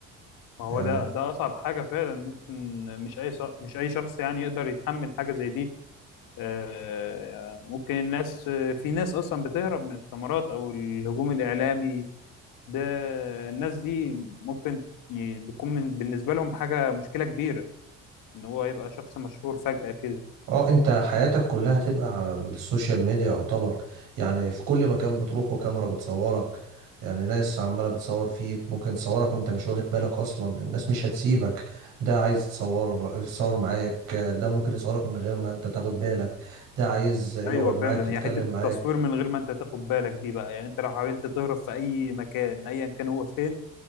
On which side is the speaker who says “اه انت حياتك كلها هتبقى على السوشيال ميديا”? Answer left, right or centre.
Right